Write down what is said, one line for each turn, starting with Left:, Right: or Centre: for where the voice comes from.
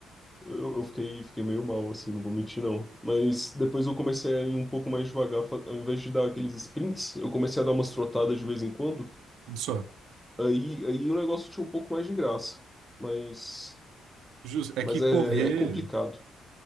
Centre: Eu, eu fiquei, fiquei meio mal, assim, não vou mentir, não. Mas depois eu comecei a ir um pouco mais devagar, fa- ao invés de dar aqueles sprints, eu comecei a dar umas trotadas de vez em quando.
Right: Só.
Centre: Aí, aí o negócio tinha um pouco mais de graça. Mas,
Right: Justo. É
Centre: mas
Right: que correr.
Centre: é, é complicado.